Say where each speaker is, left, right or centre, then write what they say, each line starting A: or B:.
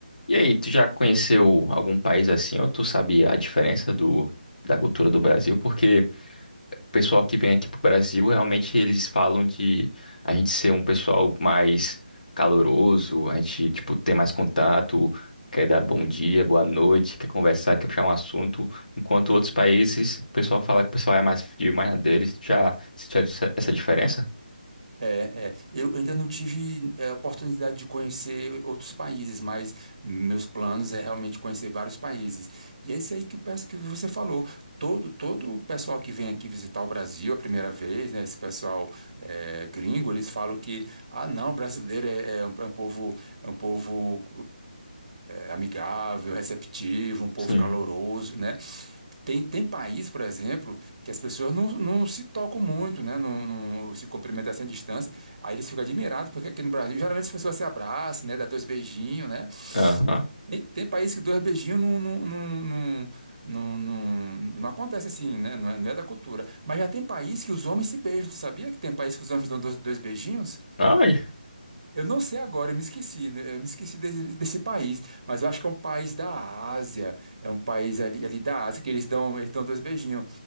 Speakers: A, on the left; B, on the right.
A: E aí, tu já conheceu algum país assim, ou tu sabe a diferença do, da cultura do Brasil? Porque o pessoal que vem aqui pro Brasil, realmente eles falam de a gente ser um pessoal mais caloroso, a gente, tipo, ter mais contato, quer dar bom dia, boa noite, quer conversar, quer puxar um assunto, enquanto outros países, o pessoal fala que o pessoal é mais frio, mais na deles. Tu Já sentiu essa essa diferença?
B: É, é. Eu ainda não tive é, oportunidade de conhecer outros países, mas meus planos é realmente conhecer vários países. E é isso aí que, eu peço- que você falou. Todo, todo o pessoal que vem aqui visitar o Brasil a primeira vez, né, esse pessoal é, gringo, eles falam que, ah, não, brasileiro é, é um, é um povo, é um povo é, amigável, receptivo, um povo
A: Sim.
B: caloroso, né? Tem, tem país, por exemplo que as pessoas não, não se tocam muito, né? Não, não se cumprimentam assim à distância. Aí eles ficam admirados, porque aqui no Brasil, geralmente as pessoas se abraçam, né? Dá dois beijinhos, né?
A: Aham.
B: Nem- Tem país que dois beijinhos não, não, não, não, não, não, não acontece assim, né? Não é, não é da cultura. Mas já tem país que os homens se beijam. Tu sabia que tem país que os homens dão dois, dois beijinhos?
A: Ai,
B: Eu não sei agora, eu me esqueci, né? eu me esqueci desse, desse país, mas eu acho que é um país da Ásia, é um país ali, ali da Ásia que eles dão, eles dão dois beijinhos.